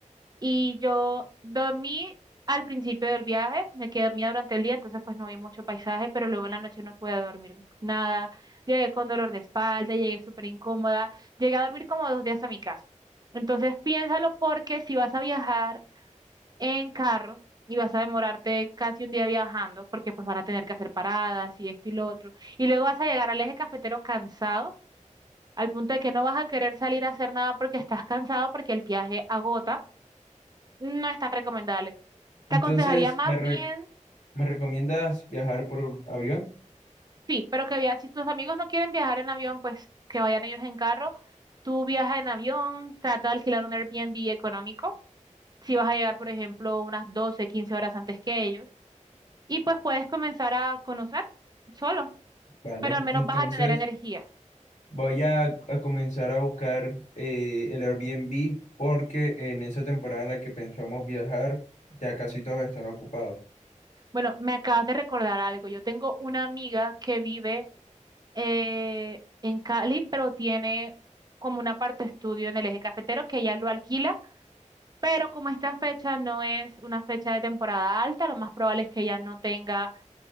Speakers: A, on the right (about 30°); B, on the left (about 70°).
A: Y yo dormí al principio del viaje, me quedé dormida durante el día, entonces pues no vi mucho paisaje, pero luego en la noche no pude dormir nada. Llegué con dolor de espalda, llegué súper incómoda, llegué a dormir como dos días a mi casa. Entonces piénsalo porque si vas a viajar en carro y vas a demorarte casi un día viajando, porque pues van a tener que hacer paradas y esto y lo otro, y luego vas a llegar al eje cafetero cansado, al punto de que no vas a querer salir a hacer nada porque estás cansado, porque el viaje agota no es tan recomendable. Te
B: Entonces,
A: aconsejaría más
B: ¿me, re-
A: bien,
B: me recomiendas viajar por avión?
A: sí, pero que viajes, si tus amigos no quieren viajar en avión, pues que vayan ellos en carro. Tú viaja en avión, trata de alquilar un Airbnb económico, si vas a llegar, por ejemplo, unas 12 15 horas antes que ellos, y pues puedes comenzar a conocer solo,
B: Vale,
A: pero al menos
B: entonces...
A: vas a tener energía.
B: Voy a, a comenzar a buscar eh, el Airbnb porque en esa temporada en la que pensamos viajar ya casi todos están ocupados.
A: Bueno, me acabas de recordar algo. Yo tengo una amiga que vive eh, en Cali, pero tiene como una parte estudio en el eje cafetero que ella lo alquila Pero como esta fecha no es una fecha de temporada alta, lo más probable es que ella no tenga